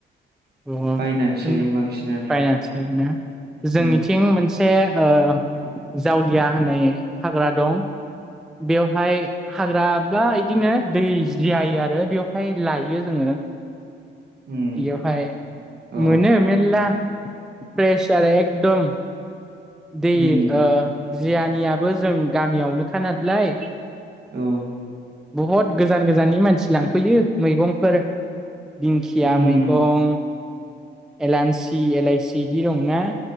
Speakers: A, in the centre; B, on the right.
A: <unintelligible> जोंनिथिं
B: बायनानैसो जायो बांसिनानो उम
A: मोनसे मोनसे ओ जावलिया होननाय हाग्रा दं। बेवहाय हाग्रा बा बिदिनो दै जायो आरो बेवहाय लायो जोङो। <unintelligible>
B: उम
A: बेयावहाय
B: औ
A: मोनो मेरला फ्रेस आरो एकदम दै
B: उम
A: ओ जियानियाबो जों गामियावनोखा नालाय।
B: औ उम
A: बहुत गोजान गोजाननि मानसि लांफैयो मैगंफोर दिंखिया
B: उम
A: मैगं एलान्सि एलाइसि बिदि दं ना?